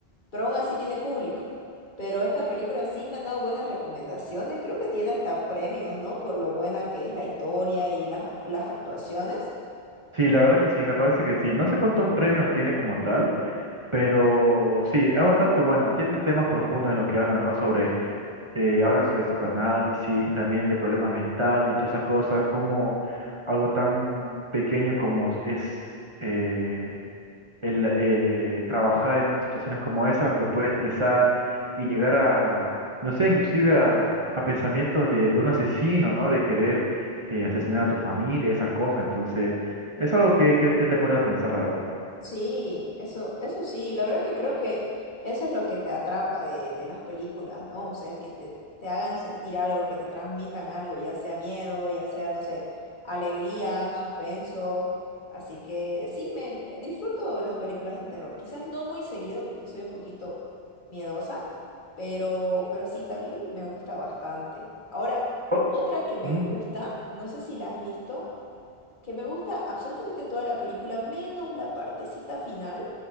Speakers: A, on the left; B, on the right.
A: pero aún así tiene público. Pero esta película sí me han dado buenas recomendaciones. Creo que tiene hasta premios, ¿no? Por lo buena que es la historia y las ac- las actuaciones.
B: Sí, la verdad que sí, me parece que sí. No sé cuántos premios tiene como tal, pero sí, es bastante buena. Tiene temas profundos en los que hablan, ¿no? Sobre, eh, hablan sobre psicoanálisis, también de problemas mentales y todas esas cosas, como algo tan pequeño como es eh, el, eh, el trabajar en situaciones como esas te puede estresar y llegar a, no sé, inclusive a, a pensamientos de, de un asesino, ¿no? De querer eh, asesinar a tu familia, esas cosas. Entonces, es algo que, que, que te pone a pensar, la verdad.
A: Sí, eso, eso sí, la verdad que creo que eso es lo que te atrapa de, de las películas, ¿no? O sea, el que te, te hagan sentir algo, que te transmitan algo, ya sea miedo, ya sea, no sé, alegría, suspenso. Así que sí, me me- disfruto las películas de terror. Quizás no muy seguido porque soy un poquito miedosa, pero, pero sí, también me gusta bastante. Ahora,
B: Ot-
A: otra que me
B: ¿Mm?
A: gusta, no sé si la has visto que me gusta absolutamente toda la película, menos la partecita final,